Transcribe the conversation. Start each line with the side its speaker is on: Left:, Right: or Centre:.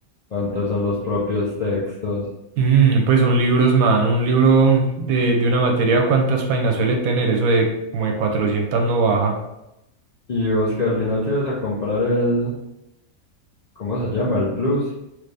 Left: antes son los propios textos.
Right: Mm, pues son libros, man. Un libro de, de una materia, ¿cuántas páginas suele tener? Eso de como de 400 no baja.
Left: Y vos que al final sí vas a comprar el, ¿cómo se llama? El Plus.